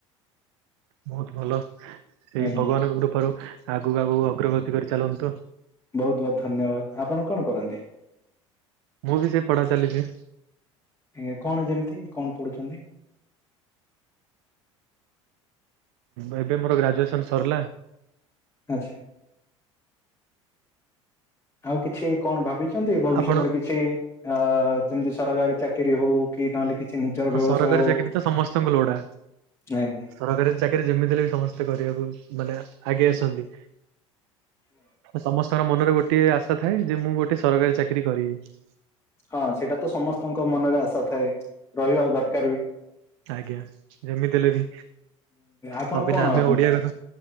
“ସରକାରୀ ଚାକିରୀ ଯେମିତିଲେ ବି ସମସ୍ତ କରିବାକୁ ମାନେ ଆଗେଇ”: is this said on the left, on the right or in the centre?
Right